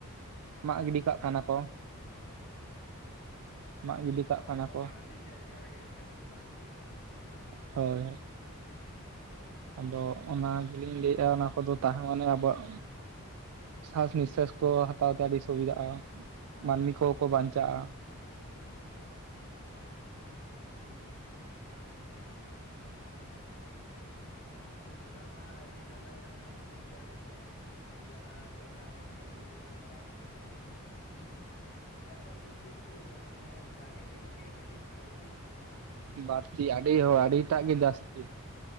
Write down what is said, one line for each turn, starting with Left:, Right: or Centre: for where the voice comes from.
Right: ᱢᱟᱜ
Left: ᱦᱮᱸ
Right: ᱜᱤᱰᱤ ᱠᱟᱜ ᱠᱟᱱᱟ ᱠᱚ᱾ ᱢᱟᱜ
Left: ᱦᱮᱸ
Right: ᱜᱤᱰᱤ
Left: ᱜᱚᱝᱠᱮ
Right: ᱠᱟᱜ ᱠᱟᱱᱟ
Left: ᱚᱝᱠᱟ
Right: ᱠᱚ
Left: ᱢᱟ ᱟᱹᱰᱤ ᱡᱟᱭᱜᱟ ᱨᱮᱜᱮ ᱧᱮᱞᱚᱜ ᱠᱟᱱ ᱜᱮᱭᱟ᱾
Right: ᱦᱳᱭ ᱦᱳᱭ᱾ ᱟᱫᱚ ᱚᱱᱟ ᱜᱮᱞᱤᱧ ᱞᱟᱹᱭᱮᱜᱼᱟ ᱚᱱᱟ ᱠᱚᱫᱚ ᱛᱟᱦᱮᱸ ᱢᱟᱱᱮ ᱟᱵᱚᱣᱟᱜ ᱥᱟᱥ ᱱᱤᱥᱥᱟᱥ ᱠᱚ ᱦᱟᱛᱟᱣ ᱛᱮ ᱟᱹᱰᱤ ᱥᱩᱵᱤᱫᱟᱜᱼᱟ ᱢᱟᱱᱢᱤ ᱠᱚᱦᱚᱸ ᱠᱚ ᱵᱟᱧᱪᱟᱜᱼᱟ᱾
Left: ᱚ ᱚᱱᱟ ᱢᱟ ᱟᱹᱰᱤ ᱱᱟᱯᱟᱭ ᱠᱟᱛᱷᱟ ᱵᱤᱱ ᱞᱟᱹᱭ ᱠᱮᱜᱼᱟ ᱜᱚᱝᱠᱮ᱾ ᱡᱟᱦᱟᱸ ᱞᱮᱠᱟ ᱵᱚᱱ ᱧᱮᱞ ᱧᱟᱢᱫᱟ ᱢᱟᱱᱮ ᱮᱠᱷᱚᱱ ᱫᱤᱠ ᱫᱤᱭᱮ ᱫᱚ ᱢᱟᱱᱮ ᱫᱟᱨᱮ ᱜᱮᱫ ᱜᱮ ᱠᱟᱹᱴᱤᱡ ᱵᱟᱹᱲᱛᱤ ᱤᱭᱩ
Right: ᱵᱟᱴᱛᱤ ᱟᱹᱰᱤ ᱦᱚ ᱟᱰᱤᱴᱟᱜ
Left: ᱥᱟᱠᱟᱢ
Right: ᱜᱮ ᱡᱟᱥᱛᱤ